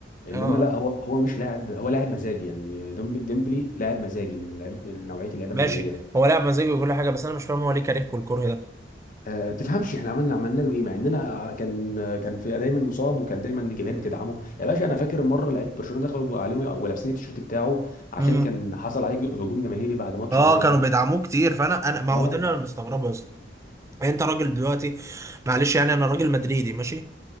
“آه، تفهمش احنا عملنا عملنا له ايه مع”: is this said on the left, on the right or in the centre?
Left